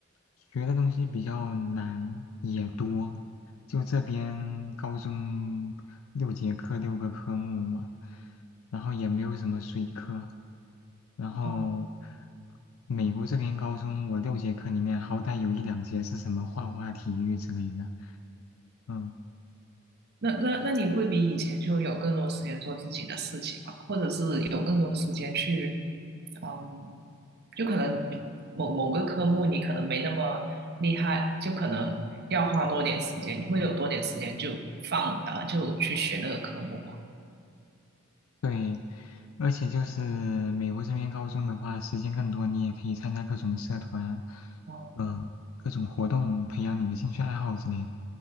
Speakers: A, on the left; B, on the right.
A: 学的东西比较难也多，就这边高中六节课六个科目嘛，然后也没有什么水课，然后
B: 哦
A: 美国这边高中我六节课里面好歹有一两节是什么画画、体育之类的，嗯，
B: 那那那你会比以前就有更多时间做自己的事情吗？或者是有更多时间去，嗯，就可能某某个科目你可能没那么厉害，就可能要花多点时间，你会有多点时间就放啊，就去学那个科目吗？
A: 对，而且就是美国这边高中的话，时间更多，你也可以参加各种社团，
B: 哦，
A: 嗯、各种活动，培养你的兴趣爱好之类的。